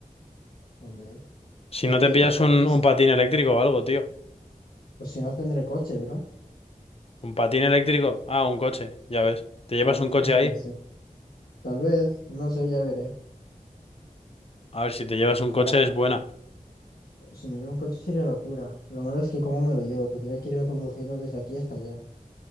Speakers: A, on the left; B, on the left.
A: hombre.
B: Si
A: Es
B: no
A: que
B: te pillas
A: tampoco
B: un,
A: es,
B: un patín eléctrico o algo, tío.
A: pues si no tendré coche, bro.
B: Un patín eléctrico. Ah, un coche, ya ves. Te llevas
A: También
B: un coche
A: podría
B: ahí.
A: ser. Tal vez, no sé, ya veré.
B: A ver, si te llevas un
A: Ojalá,
B: coche es buena.
A: si me llevo un coche sería locura. Lo malo es que cómo me lo llevo, tendría que irme conduciendo desde aquí hasta allá.